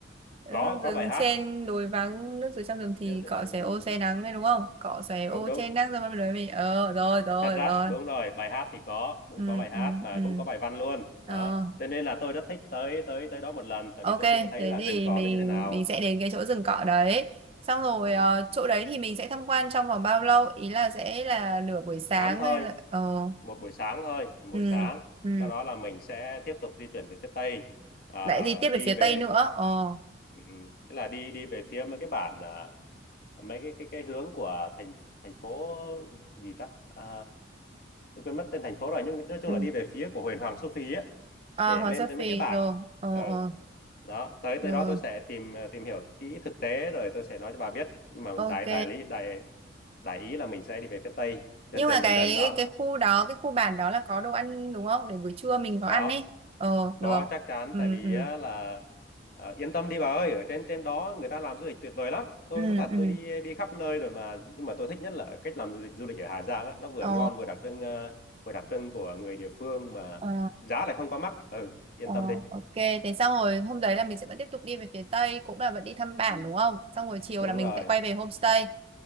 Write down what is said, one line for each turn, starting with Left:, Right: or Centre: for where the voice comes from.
Right: Ừ,
Left: có
Right: rừng
Left: có bài hát
Right: trên đồi vắng nước dưới trong rừng thì
Left: Nếu sẽ
Right: cỏ
Left: chọn
Right: xẻ
Left: thì
Right: ô che nắng đấy đúng không cỏ xẻ ô
Left: đúng đúng
Right: che nắng rồi bắt đầu mình ờ rồi rồi
Left: thật ra
Right: rồi
Left: đúng rồi bài hát thì có đúng
Right: ừ
Left: có bài hát
Right: ừ
Left: mà
Right: ừ
Left: cũng có bài văn luôn đó
Right: ờ
Left: cho nên là tôi rất thích tới tới tới đó một lần tại
Right: ok
Left: vì tôi chưa có thấy
Right: thế
Left: là
Right: thì
Left: rừng cò
Right: mình
Left: nó như thế nào
Right: mình sẽ đến cái chỗ rừng cỏ đấy xong rồi
Left: ừ.
Right: ờ, chỗ đấy thì mình sẽ tham quan trong vòng bao lâu ý là sẽ là nửa buổi sáng
Left: ngắn thôi
Right: hay là ờ
Left: một buổi sáng thôi một buổi
Right: ừ
Left: sáng
Right: ừ
Left: sau đó là mình sẽ tiếp tục di chuyển về phía tây à,
Right: lại đi tiếp
Left: đi
Right: về phía
Left: về
Right: tây nữa ờ
Left: ừ, ừ. tức là đi đi về phía mấy cái bản à, mấy cái cái cái hướng của thành thành phố gì ta à, tôi quên mất tên thành phố rồi nhưng nói chung
Right: ừ.
Left: là đi về phía của Huyền Hoàng Su Phi ấy
Right: à,
Left: để
Right: Hoàng
Left: lên
Right: Sa
Left: tới mấy
Right: Phi
Left: cái bản
Right: rồi ờ
Left: ừ.
Right: ờ
Left: đó tới tới
Right: rồi
Left: đó tôi sẽ tìm ờ, tìm hiểu kỹ thực tế rồi tôi sẽ nói cho bà biết nhưng mà
Right: ok
Left: đại đại lý đại đại ý là mình sẽ đi về phía tây dần
Right: nhưng
Left: dần
Right: mà
Left: dần
Right: cái
Left: dần đó
Right: cái khu đó cái khu bản đó là có đồ ăn đúng không để buổi trưa mình có
Left: có
Right: ăn ấy ờ
Left: có
Right: được
Left: chắc chắn
Right: ừ
Left: tại vì
Right: ừ
Left: á, là ờ, yên tâm đi bà ơi ở trên trên đó người ta làm du lịch tuyệt vời lắm tôi
Right: ừ
Left: nói thật
Right: ừ
Left: tôi đi đi khắp nơi rồi mà nhưng mà tôi thích nhất là ở cách làm du lịch du lịch ở Hà Giang á nó vừa
Right: ờ
Left: ngon vừa đặc trưng ờ, vừa đặc trưng của người địa phương mà
Right: ờ
Left: giá lại không quá mắc ừ yên
Right: ờ
Left: tâm đi
Right: ok thế xong rồi hôm đấy là mình sẽ vẫn tiếp tục đi về phía tây cũng là vẫn đi thăm bản
Left: ừ,
Right: đúng không xong rồi chiều
Left: đúng
Right: là mình
Left: rồi
Right: sẽ quay về homestay